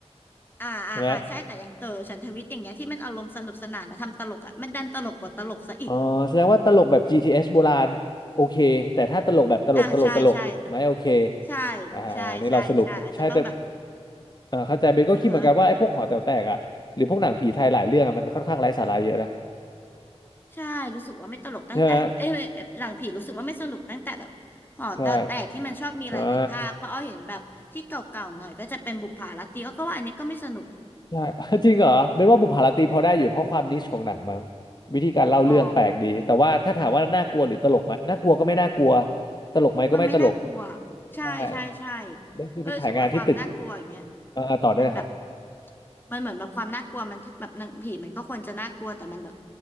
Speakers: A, on the left; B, on the left.
A: อ่าอ่าอ่าใช่แต่อย่างเต๋อฉันทวิทย์อย่างเงี้ยที่มันอารมณ์สนุกสนานและทำตลกอะมันดันตลกกว่าตลกซะอีก
B: ใช่ไหมอ๋อแสดงว่าตลกแบบ g t s โบราณโอเคแต่ถ้าตลกแบบตลกตลกตลกไม่โอเค
A: อ่าใช่ใช่ใช่
B: อ่านี่เราสรุปใช่แต่
A: ใช่ใช่ใช่อาจจะต้องแบบ
B: เออเข้าใจเบนก็คิดเหมือนกันว่าไอ้พวกหอแต๋วแตกอ่ะหรือพวกหนังผีไทยหลายเรื่องอะมันค่อนข้างไร้สาระเยอะนะ
A: เออฮะใช่รู้สึกว่าไม่ตลกตั้งแต่เอ้ยเอ้ยหลังผีรู้สึกว่าไม่สนุกตั้งแต่แบบหอแต่แต่ที่มันชอบมีหลายๆภาคเพราะอ้อเห็นแบบที่เก่าๆหน่อยก็จะเป็นบุปผาลัตตีอ้อก็ว่าอันเนี้ยก็ไม่สนุก
B: ใช่ไหมใช่ใช่ใช่ <laughs> จริงเหรอเบนว่าบุพผารตรีพอได้อยู่เพราะความนิชของหนังมั้งวิธีการเล่าเรื่องแปลกดีแต่ว่าถ้าถามว่าน่ากลัวหรือตลกไหมน่ากลัวก็ไม่น่ากลัว
A: อ๋อ
B: ตลกไหมก็ไม่ตลก
A: มันไม่น่ากลัวใช่ใช่ใช่
B: ใช่เบนเคยไปถ่ายงานที่ตึก
A: เออรู้สึกว่าความน่ากลัวอย่างเงี้ย
B: เออต่อได้เลยครับ
A: มันแบบมันเหมือนแบบความน่ากลัวมันแบบหนังผีมันก็ควรจะน่ากลัวแต่มันแบบ